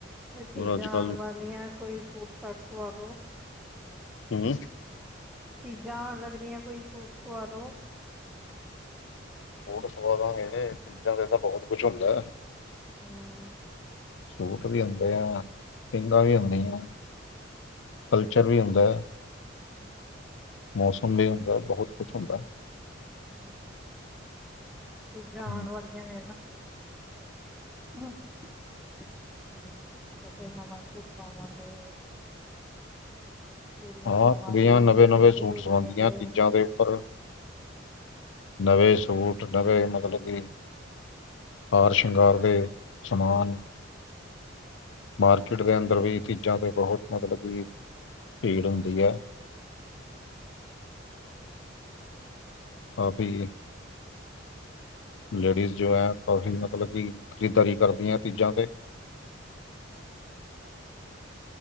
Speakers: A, in the centre; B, on the left.
A: ਆ ਤੀਜਾਂ
B: ਹੋਰ ਅੱਜ ਕੱਲ
A: ਆਣ ਵਾਲੀਆਂ ਕੋਈ ਸੂਟ-ਸਾਟ ਸਵਾ ਦੋ।
B: <unintelligible>
A: ਤੀਜਾਂ ਆਨ ਲੱਗ ਰਿਆਂ, ਕੋਈ ਸੂਟ ਸਵਾ ਦੋ।
B: ਸੂਟ ਸਵਾਦਾਂਗੇ, ਤੀਜਾਂ ਤੇ ਤਾਂ ਬਹੋਤ ਕੁਝ ਹੁੰਦਾ।
A: ਹੁੰ।
B: ਸੂਟ ਵੀ ਹੁੰਦੇ ਆ, ਪਿੰਗਾਂ ਵੀ ਹੁੰਦੀਆਂ, ਕਲਚਰ ਵੀ ਹੁੰਦਾ।
A: <inaudible>
B: ਮੌਸਮ ਵੀ ਹੁੰਦਾ, ਬਹੁਤ ਕੁਛ ਹੁੰਦਾ।
A: <inaudible> ਚੀਜ਼ਾਂ
B: ਹੂੰ।
A: ਆਉਣ ਵਾਲੀਆਂ ਨੇ ਨਾ। ਹਮ ਤੇ ਫੇਰ ਨਵਾਂ ਸੂਟ ਪਾਵਾਂਗੇ। ਚੂੜੀਆਂ
B: ਹਾਂ
A: ਪਾਵਾਂਗੇ
B: ਕੁੜੀਆਂ ਨਵੇਂ-ਨਵੇਂ
A: ਮਹਿੰਗੇ
B: ਸੂਟ ਸਵਾਉਂਦੀਆਂ
A: ਲਹਿੰਗੇ
B: ਚੀਜ਼ਾਂ ਦੇ ਉੱਪਰ। ਨਵੇਂ ਸੂਟ ਨਵੇ ਮਤਲਬ ਕੀ ਹਾਰ-ਸ਼ੰਗਾਰ ਦੇ ਸਮਾਨ। ਮਾਰਕੀਟ ਦੇ ਅੰਦਰ ਵੀ ਚੀਜ਼ਾਂ ਤੇ ਬਹੁਤ ਮਤਲਬ ਕਿ ਭੀੜ ਹੁੰਦੀ ਹੈ
A: <unintelligible>
B: ਕਾਫੀ ਲੇਡੀਜ਼ ਜੋ ਹੈ ਕਾਫੀ ਮਤਲਬ ਕਿ ਖਰੀਦਦਾਰੀ ਕਰਦੀਆਂ ਚੀਜ਼ਾਂ ਤੇ